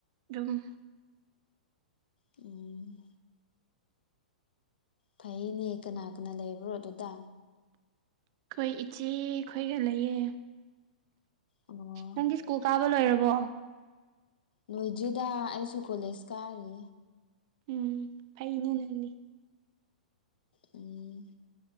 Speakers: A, on the right; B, on the left.
A: ꯑꯗꯨꯝ
B: ꯑꯣ ꯐꯩꯌꯦꯅꯦ ꯀꯅꯥ ꯀꯅꯥ ꯂꯩꯕ꯭ꯔꯣ ꯑꯗꯨꯗ
A: ꯑꯩꯈꯣꯏ ꯏꯆꯦ ꯈꯣꯏꯒ ꯂꯩꯌꯦ
B: ꯑꯣ
A: ꯅꯪꯒꯤ ꯁ꯭ꯀꯨꯜ ꯀꯥꯕ ꯂꯣꯏꯔꯕꯣ
B: ꯂꯣꯏꯗ꯭ꯔꯤꯗ ꯑꯩꯁꯨ ꯀꯣꯂꯦꯖ ꯀꯥꯔꯤ
A: ꯎꯝ ꯐꯩꯅꯦ ꯅꯪꯗꯤ
B: ꯎꯝ